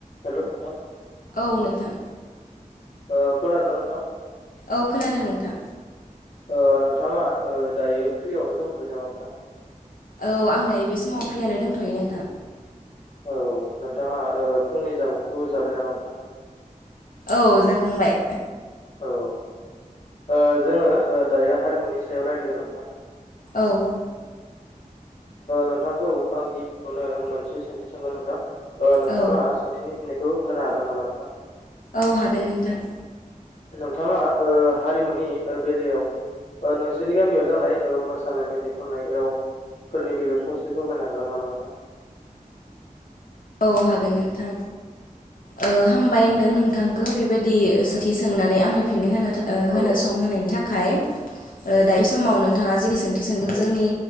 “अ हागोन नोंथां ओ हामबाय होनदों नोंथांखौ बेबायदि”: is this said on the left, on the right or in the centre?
Left